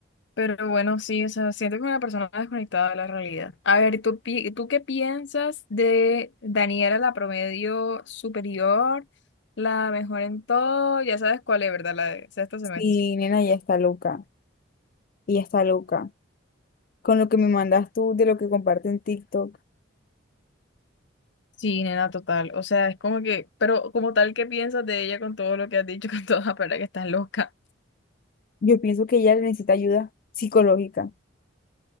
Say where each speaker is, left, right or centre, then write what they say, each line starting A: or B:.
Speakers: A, on the left; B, on the left.
A: Pero bueno, sí, o sea, siento que una persona desconectada de la realidad. A ver, ¿tú, pi- tú qué piensas de Daniela, la promedio superior, la mejor en todo? Ya sabes cuál es, ¿verdad? La de sexto semestre.
B: Sí, nena, ya está loca, ya está loca. Con lo que me mandas tú de lo que comparte en TikTok,
A: Sí, nena, total. O sea, es como que, pero como tal, ¿qué piensas de ella con todo lo que has dicho, <laughs> con toda la palabra que estás loca?
B: yo pienso que ella necesita ayuda psicológica.